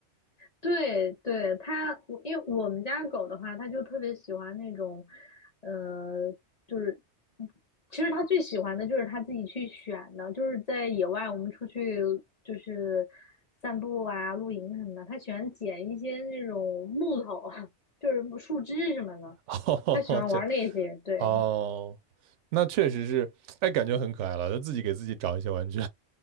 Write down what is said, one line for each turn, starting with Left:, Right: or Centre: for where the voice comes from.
Left: 对对，它，我因为我们家狗的话，它就特别喜欢那种，呃，就是其实它最喜欢的就是它自己去选的，就是在野外我们出去就是散步啊、露营什么的，它喜欢捡一些那种木头，<laughs> 就是树枝什么的，
Right: <laughs> 哦，
Left: 它喜欢玩那些，
Right: 这样。
Left: 对。
Right: 哦，那确实是，哎，感觉很可爱了，他自己给自己找一些玩具，